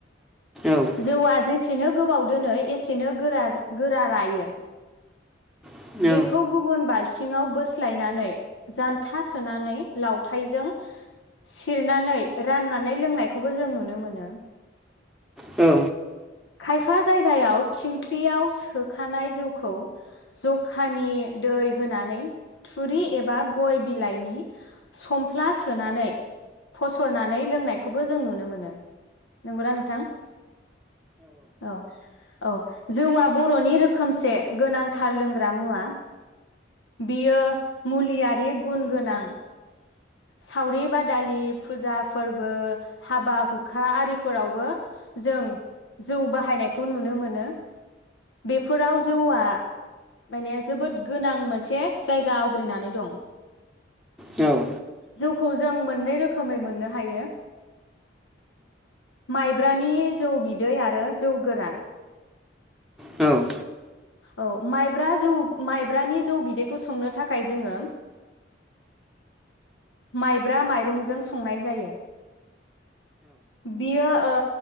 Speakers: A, in the centre; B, on the left.
A: औ औ
B: जौआ जे एसेनो गोबाव दोनो एसेनो गोरा गोरा रायो
A: औ
B: बेखौ
A: औ
B: गुबुन बाल थिङाव बोस्लायनानै जान्था सोनानै लावथायजों खिरनानै राननानै लोंनायखौबो जों नुनो मोनो
A: औ
B: खायफा जायगायाव थिंख्लियाव सोखानाय जौखौ जखानि दै होनानै थुरि एबा गय बिलाइनि सममफ्ला सोनानै फसरनानै लोंनायखौबो जों नुनो मोनो नंगौना नोंथां औ औ जौआ बर'नि रोखोमसे गोनांथार लोंग्रा मुवा। बियो मुलियारि गुन गोनां। सावरि बादालि फुजा फोरबो हाबा हुखा आरिफोरावबो जों जौ बाहायनायखौ नुनो मोनो बेफोराव जौआ माने जोबोद गोनां मोनसे जायगा आवग्रिनानै दं।
A: औ
B: जौखौ जों मोननै रोखोमै मोननो हायो माइ ब्रानि जौ बिदै आरो जौ गोरान
A: औ
B: औ माइब्रा जौ माइब्रानि जौ बिदैखौ संनो थाखाय जोङो <inaudible> माइब्रा माइरंजों संनाय जायो बियो ओ